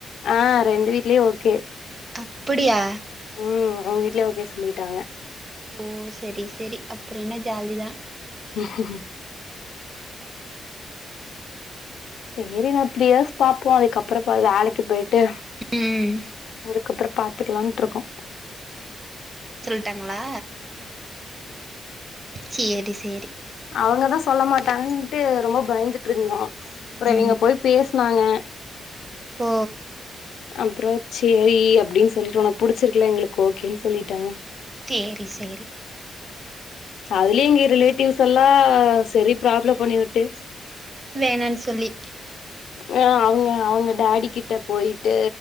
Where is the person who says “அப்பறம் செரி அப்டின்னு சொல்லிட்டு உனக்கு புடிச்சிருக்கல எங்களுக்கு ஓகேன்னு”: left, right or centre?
Left